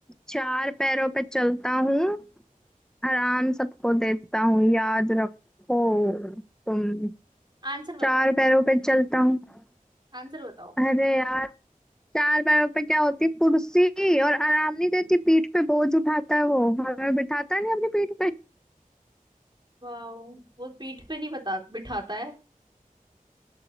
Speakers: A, in the centre; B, on the right (about 30°).
A: चार पैरों पे चलता हूँ आराम सबको देता हूँ याद रखो तुम
B: आंसर बताओ
A: चार पैरों पे चलता हूँ
B: आंसर बताओ
A: अरे यार चार पैरों पे क्या होती है? कुर्सी और आराम नहीं देती पीठ पे बोझ उठाता है वो हमें बिठाता नहीं अपनी पीठ पे
B: वाओ वो पीठ पे नहीं बता बिठाता है